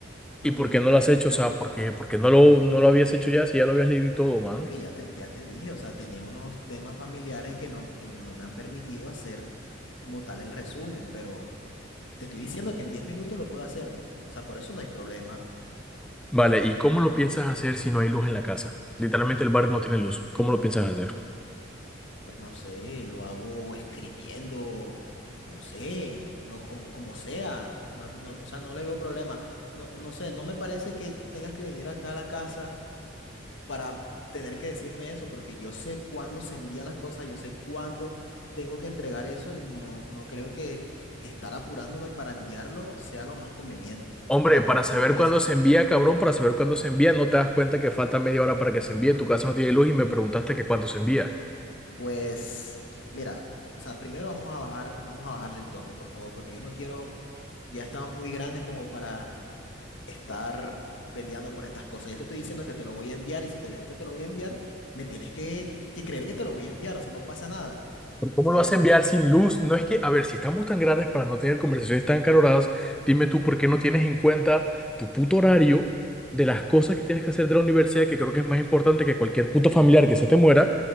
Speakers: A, on the left; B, in the centre.
A: un
B: y
A: audiolibro
B: por qué no lo has
A: en YouTube,
B: hecho, o sea, ¿por qué, por qué no lo, no lo habías hecho ya si ya lo habías leído y todo, man?
A: porque ya te, ya te dije, o sea, tenía unos temas familiares que no, que no me han permitido hacer como tal el resumen, pero te estoy diciendo que en 10 minutos lo puedo hacer. O sea, por eso no hay problema.
B: Vale, ¿y cómo lo piensas hacer si no hay luz en la casa? Literalmente el barrio no tiene luz. ¿Cómo lo piensas hacer?
A: pues no sé, lo hago escribiendo, no sé, lo, como, como sea, no, no, o sea, no le veo problema. No, no sé, no me parece que tengas que venir acá a la casa para tener que decirme eso, porque yo sé cuándo se envían las cosas, yo sé cuándo tengo que entregar eso y no, no creo que estar apurándome para enviarlo sea lo más conveniente.
B: Hombre,
A: O sea, no,
B: para
A: no
B: saber
A: me parece.
B: cuándo se envía, cabrón, para saber cuándo se envía, no te das cuenta que falta media hora para que se envíe, tu casa no tiene luz y me preguntaste que cuándo se envía.
A: Pues, mira, o sea, primero vamos a bajar, vamos a bajarle el tono, por favor, porque yo no quiero ya estamos muy grandes como para estar peleando por estas cosas. Ya te estoy diciendo que te lo voy a enviar y si te digo que te lo voy a enviar, me tienes que, que creer que te lo voy a enviar, o sea, no pasa nada.
B: Pero ¿Cómo
A: O sea,
B: lo vas
A: ya
B: a enviar
A: por...
B: sin luz? No es que, a ver, si estamos tan grandes para no tener conversaciones tan caloradas, dime tú por qué no tienes en cuenta tu puto horario de las cosas que tienes que hacer de la universidad, que creo que es más importante que cualquier puto familiar que se te muera,